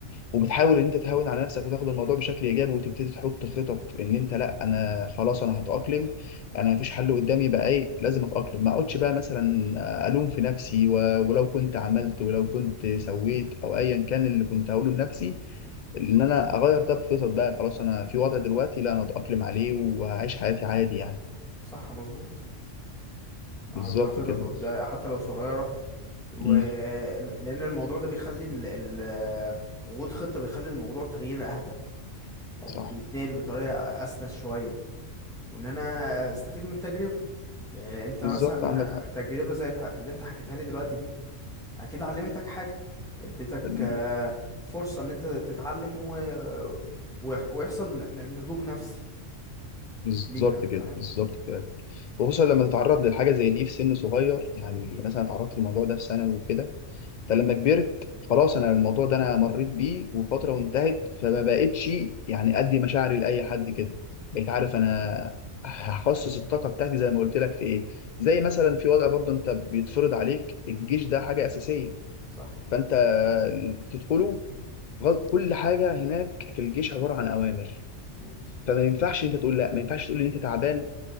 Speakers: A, on the left; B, in the centre.
A: وبتحاول ان انت تهون على نفسك وتاخد الموضوع بشكل ايجابي وتبتدي تحط خطط ان انت لا انا خلاص انا هتاقلم انا مفيش حل قدامي بقى ايه لازم اتاقلم ما اقعدش بقى مثلا الوم في نفسي و... ولو كنت عملت ولو كنت سويت او ايا كان اللي كنت هقوله لنفسي ان انا اغير ده بخطط بقى خلاص انا في وضع دلوقتي لا انا اتاقلم عليه وهعيش حياتي عادي يعني
B: صح مظبوط
A: بالظبط
B: احط خطط
A: كده
B: قدام حتى لو صغيره و...
A: امم
B: لان الموضوع ده بيخلي ال... ال... وجود خطه بيخلي الموضوع تغيير اهدى او
A: صح
B: بيتنقل بطريقه اسلس شويه وان انا استفيد من التجربه يعني انت
A: بالظبط
B: مثلا
A: عندك حق
B: تجربة زي الح- اللي انت حكيتها لي دلوقتي دي اكيد علمتك حاجة اديتك
A: مم.
B: آه، فرصة ان انت تتعلم و... ويح- ويحصل ن- ن- نضوج نفسي
A: بالظبط
B: لينا
A: كده
B: فاهم
A: بالظبط فعلا وخصوصا لما تتعرض للحاجه زي دي في سن صغير يعني مثلا اتعرضت للموضوع ده في ثانوي وكده فلما كبرت خلاص انا الموضوع ده انا مريت بيه وفتره
B: مم.
A: وانتهت فما بقتش يعني ادي مشاعري لاي حد كده بقيت عارف انا هخصص الطاقه بتاعتي زي ما قلت لك في ايه زي مثلا في وضع برضه انت بيتفرض عليك الجيش ده حاجه اساسيه
B: صح
A: فانت بتدخله غل- كل حاجه هناك في الجيش عباره عن اوامر
B: مم.
A: فما ينفعش انت تقول لا ما ينفعش تقول ان انت تعبان